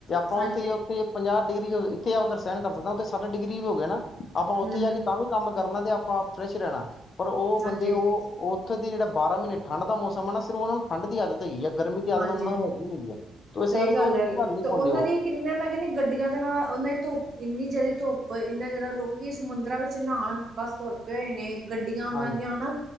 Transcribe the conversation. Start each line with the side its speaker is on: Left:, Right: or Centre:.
Left: ਆਪਾਂ
Right: ਹਾਂਜੀ-ਹਾਂਜੀ,
Left: ਉੱਥੇ-ਉੱਥੇ ਪੰਜਾਹ ਡਿਗਰੀ ਇੱਥੇ ਆ ਸਹਿਣ ਕਰ ਸਕਦੇ ਆ ਉੱਥੇ ਸੱਠ ਡਿਗਰੀ ਵੀ ਹੋ ਗਿਆ ਨਾ ਆਪਾਂ ਉੱਥੇ
Right: ਹੂੰ-ਹੂੰ,
Left: ਜਾ ਕੇ ਤਾਂ ਵੀ ਕੰਮ ਕਰਨਾ ਤੇ ਆਪਾਂ ਫਰੈਸ਼ ਰਹਿਣਾ ਪਰ ਉਹ ਬੰਦੇ
Right: ਹਾਂਜੀ-ਹਾਂਜੀ,
Left: ਓ ਉੱਥੇ ਦੇ ਜਿਹੜਾ ਬਾਰਾਂ ਮਹੀਨੇ ਠੰਢ ਦਾ ਮੌਸਮ ਨਾ ਸਿਰ ਓਨਾ ਨੂੰ ਠੰਢ ਦੀ ਆਦਤ ਹੋਈ ਐ। ਗਰਮੀ ਦੀ ਆਦਤ
Right: ਹਾਂਜੀ-ਹਾਂਜੀ।
Left: ਓਨਾਂ ਨਾਲ ਹੈਗੀ ਨ ਏ ਤੇ ਇਸ
Right: ਸਹੀ
Left: ਕਰਕੇ
Right: ਗੱਲ
Left: ਓ ਚੀਜ਼
Right: ਹੈ
Left: ਝੱਲ ਨੀ
Right: ਤੇ ਉਹਨਾਂ
Left: ਪਾਉਂਦੇ ਓ।
Right: ਦੀ ਕਿੰਨਾ ਮੈਂ ਕਹਿੰਨੀ ਗੱਡੀਆਂ ਦੇ ਨਾਲ ਓਨਾਂ ਦੀ ਧੁੱਪ ਇੰਨੀ ਜ਼ਿਆਦਾ ਧੁੱਪ ਇੰਨਾ ਜ਼ਿਆਦਾ ਲੋਕ ਸਮੁੰਦਰਾਂ ਵਿੱਚ ਨਹਾਣ ਬਸ ਧੁਰਪ ਹੋਏ ਨੇ ਗੱਡੀਆਂ ਓਨਾਂ
Left: ਹਾਂਜੀ।
Right: ਦੀਆਂ ਹਨਾ